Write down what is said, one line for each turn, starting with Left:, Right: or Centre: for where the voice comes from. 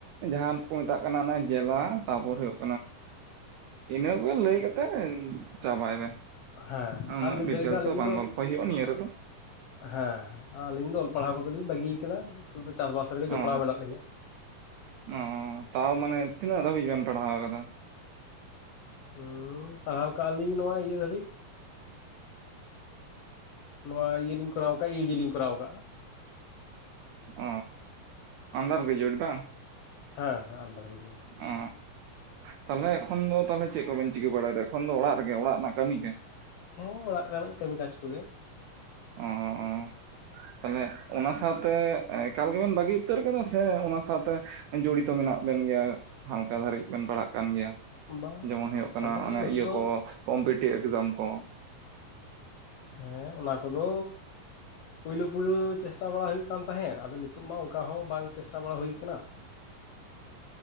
Right: ᱡᱟᱦᱟᱸ ᱠᱚ ᱢᱮᱛᱟᱜ ᱠᱟᱱᱟ ᱡᱮᱞᱟ ᱛᱟᱯᱚᱨᱮ ᱦᱩᱭᱩᱜ ᱤᱱᱟᱹ ᱠᱚᱜᱮ ᱞᱟᱹᱭ ᱠᱟᱛᱮᱫ ᱪᱟᱵᱟᱭ ᱵᱮᱱ
Left: ᱦᱮᱸ
Right: ᱩᱱᱟᱹᱜ
Left: ᱟᱨ ᱱᱤᱛ
Right: ᱰᱤᱴᱮᱞᱥ
Left: ᱜᱷᱟᱹᱲᱤᱡ ᱟᱹᱞᱤᱧ
Right: ᱫᱚ ᱵᱟᱝ ᱜᱚᱞᱯᱚ ᱦᱩᱭᱩᱜᱼᱟ ᱱᱤᱭᱟᱹ ᱨᱮᱫᱚ
Left: ᱦᱮᱸ ᱟᱹᱞᱤᱧ ᱫᱚ ᱚᱞ ᱯᱟᱲᱦᱟᱣ ᱠᱚᱫᱚᱞᱤᱧ ᱵᱟᱹᱜᱤᱭᱟ ᱟᱠᱟᱫᱟ ᱱᱤᱛᱚᱜ ᱫᱚ ᱪᱟᱥᱵᱟᱥ ᱨᱮᱜᱮ
Right: ᱚ
Left: ᱡᱚᱯᱲᱟᱣ ᱢᱮᱱᱟᱜ ᱞᱤᱧᱟ
Right: ᱚ ᱛᱟᱣ ᱢᱟᱱᱮ ᱛᱤᱱᱟᱹᱜ ᱫᱷᱟᱹᱵᱤᱡ ᱵᱮᱱ ᱯᱟᱲᱦᱟᱣ ᱟᱠᱟᱫᱟ
Left: ᱦᱮᱸ ᱯᱟᱲᱦᱟᱣ ᱠᱟᱜᱼᱟ ᱞᱤᱧ ᱱᱚᱣᱟ ᱤᱭᱟᱹ ᱫᱷᱟᱹᱵᱤᱡ ᱱᱚᱣᱟ ᱤᱭᱟᱹᱞᱤᱧ ᱠᱚᱨᱟᱣ ᱠᱟᱜᱼᱟ ᱤᱭᱩᱡᱤ ᱞᱤᱧ ᱠᱚᱨᱟᱣ ᱠᱟᱜᱼᱟ
Right: ᱚ ᱟᱱᱰᱟᱨ ᱜᱨᱮᱡᱩᱩᱭᱮᱴ ᱵᱟᱝ
Left: ᱦᱮᱸ ᱦᱮᱸ ᱟᱱᱰᱟᱨ ᱜᱮᱡᱩᱭᱮᱴ
Right: ᱚ ᱛᱟᱦᱚᱞᱮ ᱮᱠᱷᱚᱱ ᱫᱚ ᱛᱟᱦᱚᱞᱮ ᱪᱮᱫ ᱠᱚᱵᱮᱱ ᱪᱤᱠᱟᱹ ᱵᱟᱲᱟᱭᱫᱟ? ᱮᱠᱷᱚᱱ ᱫᱚ ᱚᱲᱟᱜ ᱨᱮᱜᱮ ᱚᱲᱟᱜ ᱨᱮᱱᱟᱜ ᱠᱟᱹᱢᱤ ᱜᱮ?
Left: ᱦᱮᱸ ᱚᱲᱟᱜ ᱨᱮᱱᱟᱜ ᱠᱟᱹᱢᱤ ᱠᱟᱡ ᱠᱚᱜᱮ᱾
Right: ᱚᱸᱻᱚᱸᱻ᱾ ᱛᱟᱞᱦᱮ ᱚᱱᱟ ᱥᱟᱶᱛᱮ ᱮᱠᱟᱞ ᱜᱮᱵᱮᱱ ᱵᱟᱹᱜᱤ ᱩᱛᱟᱹᱨ ᱠᱟᱫᱟ ᱥᱮ ᱚᱱᱟ ᱥᱟᱶᱛᱮ? ᱡᱚᱲᱤᱛᱚ ᱢᱮᱱᱟᱜ ᱵᱮᱱ ᱜᱮᱭᱟ ᱦᱟᱞᱠᱟ ᱫᱷᱟᱹᱨᱤᱡ ᱵᱮᱱ ᱯᱟᱲᱦᱟᱜ ᱠᱟᱱ ᱜᱮᱭᱟ?
Left: ᱵᱟᱝ
Right: ᱡᱮᱢᱚᱱ ᱦᱳᱭᱳᱜ ᱠᱟᱱᱟ
Left: ᱟᱫᱚ
Right: ᱚᱱᱮ
Left: ᱱᱤᱛᱚᱜ
Right: ᱤᱭᱟᱹ
Left: ᱫᱚ
Right: ᱠᱚ, ᱠᱚᱢᱯᱤᱴᱤ ᱮᱠᱡᱟᱢ ᱠᱚ?
Left: ᱦᱮᱸ ᱚᱱᱟ ᱠᱚᱫᱚ ᱯᱳᱭᱞᱳ ᱯᱩᱭᱞᱩ ᱪᱮᱥᱴᱟ ᱵᱟᱲᱟ ᱦᱩᱭᱩᱜ ᱠᱟᱱ ᱛᱟᱦᱮᱸᱫ ᱟᱫᱚ᱾ ᱱᱤᱛᱳᱜ ᱢᱟ ᱚᱱᱠᱟ ᱦᱚᱸ ᱵᱟᱝ ᱪᱮᱥᱴᱟ ᱵᱟᱲᱟ ᱦᱩᱭ ᱠᱟᱱᱟ᱾